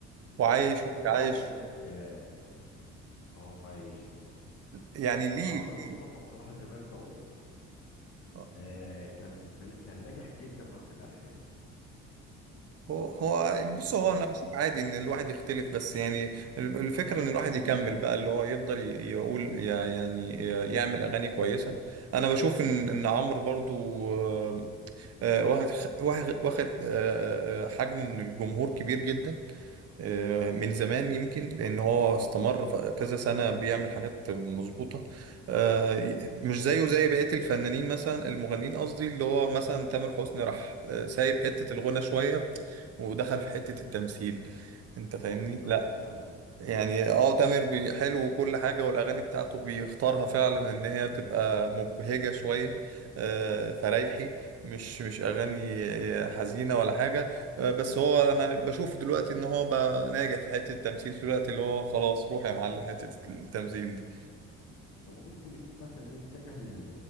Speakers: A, on the right; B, on the left.
A: وعايش
B: وفي نفس الوقت
A: عايش
B: انت زي ما انت- اه آه، وعايش الله
A: يعني
B: وعمرو
A: ليه
B: مصطفى
A: ليه
B: بصراحه زي ما انت قلت
A: آه،
B: آه كان من... كان ناجح جدا معاه في الالحان
A: هو هو بص هو انا بشوف عادي ان الواحد يختلف بس يعني ال- الفكره ان الواحد يكمل بقى اللي هو يفضل ي- يقول يا- يعني يعمل اغاني كويسه انا بشوف ان ان عمرو برضو آه، آه، واخد خ- واخد واخد، آه، آه، حجم من الجمهور كبير جدا آه، من زمان يمكن لان هو استمر ف- كذا سنه بيعمل حاجات مظبوطه آه، ي- مش زيه زي بقيه الفنانين مثلا المغنيين قصدي اللي هو مثلا تامر حسني راح آه، سايب حته الغنى شويه ودخل في حته التمثيل انت فاهمني
B: بالظبط فعلا
A: يعني اه تامر بي- حلو وكل حاجة والأغاني بتاعته بيختارها فعلا إن هي تبقى مبهجة شوية آه، فرايحي مش مش أغاني آه، حزينة ولا حاجة آه، بس هو أنا بشوف دلوقتي إن هو بقى ناجح في حتة التمثيل دلوقتي اللي هو خلاص روح يا معلم حتة التمثيل دي
B: هو ممكن يكون مثلا ايه اتجه لل...